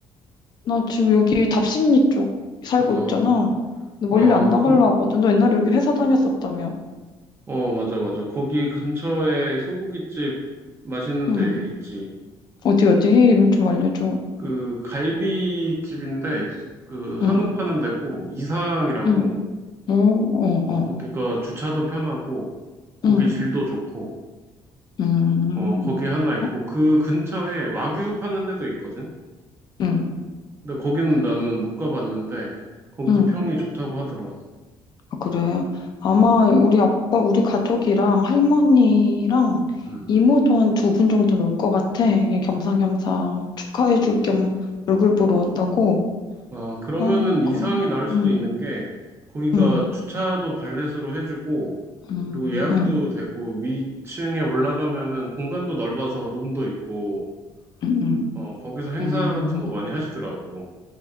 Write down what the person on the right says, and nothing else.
어,
아,
고,
어, 맞아, 맞아. 거기 근처에 소고기집 맛있는
데 있지.
그 갈비집인데 그 한우
파는 데고 이상이라고
어
거기가 주차도 편하고 고기
질도 좋고
어 거기
하나 있고
그 근처에 와규 파는 데도 있거든.
근데 거기는 나는 못 가봤는데 거기도
평이 좋다고 하더라.
음,
음.
어 그러면은
이상이
나을 수도
있는 게 거기가
주차도 발렛으로 해주고
그리고 예약도
되고 위층에 올라가면은 공간도 넓어서 룸도 있고
어, 거기서 행사
같은 거 많이 하시더라고.